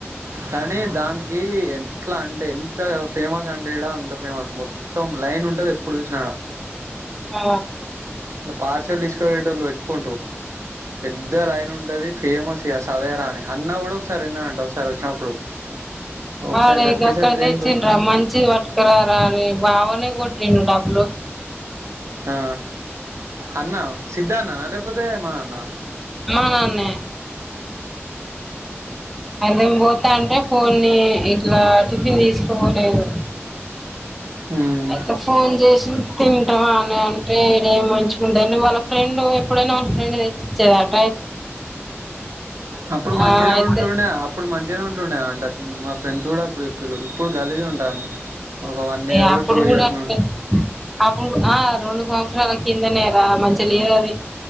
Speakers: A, on the right; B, in the centre.
A: కానీ దానికి ఎట్లా అంటే ఎంత ఫేమస్ అంటే ఇ అంత ఫేమస్ మొత్తం ొ తము లైన్ ఉంటది ఎప్పుడు చూసినాడ
B: ఆ
A: పార్సెల్ తీసుకుేట వాళ్ళు ఎక్కువండ్రు పెద్ద లైన్ ఉంటుంది ఫేమస్ ఇక సవేరాని అన్న కూడా ఒకసారి విన్నాంట ఒకసారి వచ్చినప్పుడు
B: వాడే
A: ఒకసారి గట్కేసరి
B: ఇక అక్కడ
A: దేనికో
B: తెచ్చిండరా మంచి పట్కరారా అని బావనే కూడా రెను టాపులు
A: ఆ అన్నా సిద్ధ అన్నానా అదేపోతే మా అన్నా
B: నాన్నే అదేం పోతా అంటే కొన్ని ఇట్లా టిఫిన్ తీసుకోలేదు
A: ఉమ్
B: అయితే ఫోన్ చేసి తింటాంమాని అంటే ఏడ మంచి ఉంటే వాళ్ళ ఫ్రెండ్ ఎప్పుడైనా వాళ్ళ ఫ్రెండ్ ఇచ్చేదాడు
A: అప్పుడు మంచిగానే
B: ఆ అయితే
A: ఉంటుండే అప్పుడు మంచిగానే ఉంటుండ అంట మా ఫ్రెండ్స్ కూడా ఇప్పుడు ఇప్పులు ఇప్పుడు గగాలిగా ఉంటాంది ఒక వన్ ఇయర్
B: ఏప్పుడు
A: టూ
B: కూడాప్పుడు
A: ఇయర్ నుండి
B: రణ కిందనేరా మంచి లేదు అది